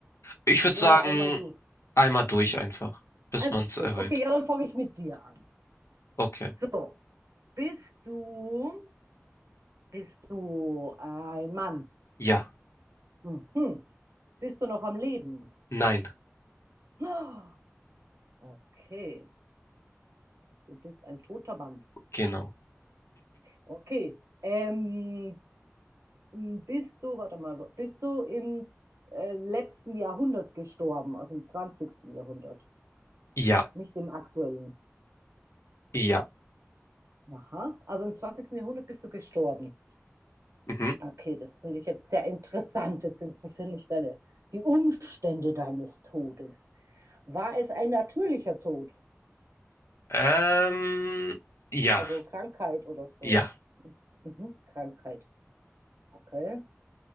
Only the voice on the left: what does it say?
Ich würde
sagen,
einmal durch
einfach, bis
man es
errät.
Okay.
Ja.
Nein.
Genau.
Ja.
Ja.
Mhm.
Ähm, ja.
Ja.